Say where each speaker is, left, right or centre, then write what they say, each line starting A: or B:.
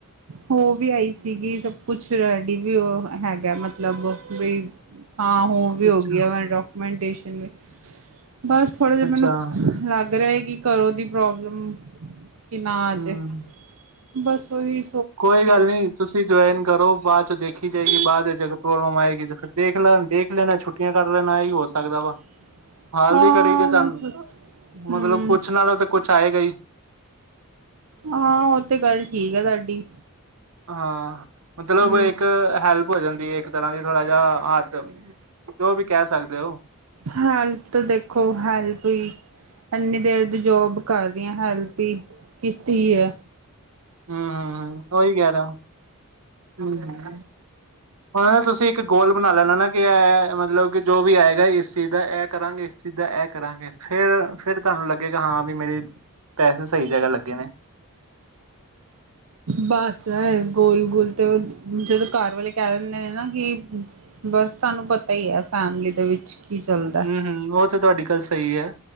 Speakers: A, on the right; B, on the right.
A: ਹੋ ਵੀ ਆਈ ਸੀਗੀ ਸੱਬ ਕੁਛ ਰੈਡੀ ਵੀ ਓ ਹੈਗਾ ਮਤਲਬ ਵੀ ਹਾਂ ਹੋਗੀ,
B: ਅੱਛਾ
A: ਹੋਗੀ ਆ <unintelligible> ਵੀ ਬਸ‌ ਥੋੜਾ ਜਿਆ ਮੈਨੂੰ
B: ਅੱਛਾ
A: ਲੱਗ ਰੇਆ ਕਿ ਘਰੋਂ ਦੀ ਪ੍ਰੋਬਲਮ ਕਿ ਨਾ ਆ
B: ਹੂੰ
A: ਜੇ ਬੱਸ ਓਈ
B: ਕੋਈ ਗੱਲ ਨੀ ਤੁਸੀ ਜਆਇਨ ਕਰੋ ਬਾਅਦ ਚੋ ਦੇਖੀ ਜਾਏਗੀ ਬਾਅਦ ਏਚ ਜ ਪ੍ਰੋਬਲਮ ਆਏਗੀ ਫੇਰ ਦੇਖ ਲਾਂਗੇ ਦੇਖ ਏਨਦੀਆਂ ਮੈ ਛੁੱਟੀਆਂ ਕੱਟ ਲੈਨਾਂ ਐਈ ਹੋ ਸਕਦਾ ਵਾ।
A: <inaudible>
B: ਹਾਲ
A: ਹਾਂ
B: ਦੀ ਘੜੀ ਤੇ ਤਾਨ
A: ਬਸ ਹਮ
B: ਮਤਲਬ ਕੁਛ ਨਾਲੋ ਤਾ ਕੁਛ ਆਏਗਾ ਈ।
A: ਹਾਂ ਓ ਤੇ ਗੱਲ ਠੀਕ ਐ ਤਾਡੀ।
B: ਹਾਂ, ਮਤਲਬ
A: ਹਮ
B: ਏਕ ਹੈਲਪ ਹੋ ਜਾਂਦੀ ਏ ਇੱਕ ਤਰ੍ਹਾਂ ਦੀ ਥੋੜਾ ਜੇਆ ਹੱਥ ਜੋ ਵੀ ਕੈ ਸਕਦੇ ਓ।
A: ਹੈਲਪ ਤੇ ਦੇਖੋ ਹੈਲਪ ਈ ਐਨੀਂ ਦੇਰ ਦੀ ਜੋਬ ਕਰ ਰੀ ਆਂ ਹੈਲਪ ਈ ਕੀਤੀ ਐ।
B: ਹੰ -ਹੰ -ਹੰ ਓਈ ਕੈ ਰੇਆ ਹੁੰ ਹੁੰ। ਓਦਾ ਤੁਸੀ ਇੱਕ ਗੋਲ ਬਨਾ ਲੈਨਾ ਨਾ ਕਿਆ ਮਤਲਬ ਕਿ ਜੋ ਵੀ ਆਏਗਾ ਇਸ ਚੀਜ਼ ਦਾ ਐ ਕਰਾਂਗੇ ਇਸ ਚੀਜ਼ ਦਾ ਐ ਕਰਾਂਗੇ ਫੇਰ, ਫੇਰ ਤਾਨੂੰ ਲੱਗੇ ਗਾ ਹਾਂ ਬੀ ਮੇਰੇ ਪੈਸੇ ਸਈ ਜਗ੍ਹਾ ਲੱਗੇ ਨੇ।
A: ਬਸ, ਗੋਲ- ਗੋਲ ਤੇ ਜਦੋ ਘਰ ਵਾਲੇ ਕੈ ਦੇਂਦੇ ਨੇ ਨਾ ਕਿ ਬਸ ਤਾਨੂੰ ਪਤਾ ਈ ਐ ਫੈਮਿਲੀ ਦੇ ਵਿੱਚ ਕੀ ਚੱਲ
B: ਹੂੰ-ਹੂੰ ਓ ਤੇ ਤੁਹਾਡੀ ਗੱਲ ਸਈ ਐ